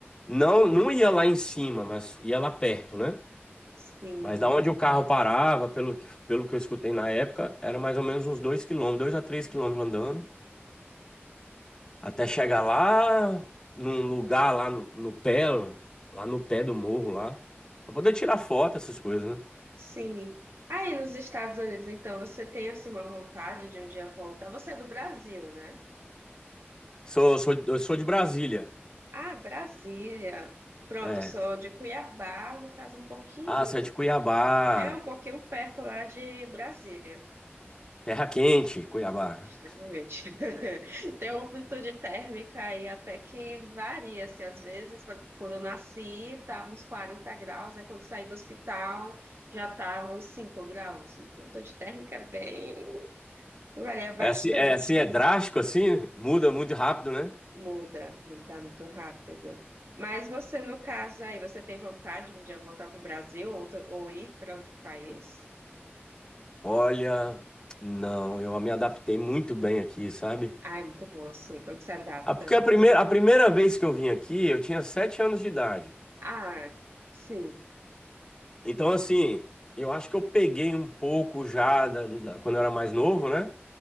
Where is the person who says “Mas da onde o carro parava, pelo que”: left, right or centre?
Left